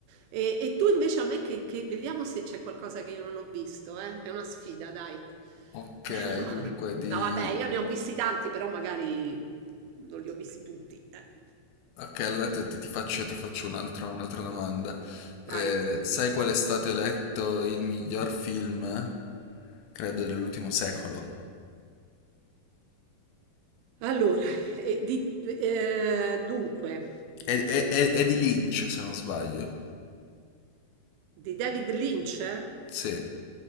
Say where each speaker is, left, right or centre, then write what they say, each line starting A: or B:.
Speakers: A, on the right (about 85°); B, on the left (about 80°).
A: E, e tu invece a me che, che- vediamo se c'è qualcosa che io non ho visto, eh? È una sfida, dai.
B: Ok,
A: <laughs>
B: dunque di...
A: No, vabbè, io ne ho visti tanti, però magari non li ho visti tutti. eh.
B: Ok, allora te- te- ti faccio, ti faccio un altro- un'altra domanda. Eh,
A: Vai.
B: sai qual è stato eletto il miglior film, credo, dell'ultimo secolo?
A: Allora, eh, di- eh, dunque,
B: È, è- è- è di Lynch, se non sbaglio.
A: di David Lynch? eh?
B: Sì.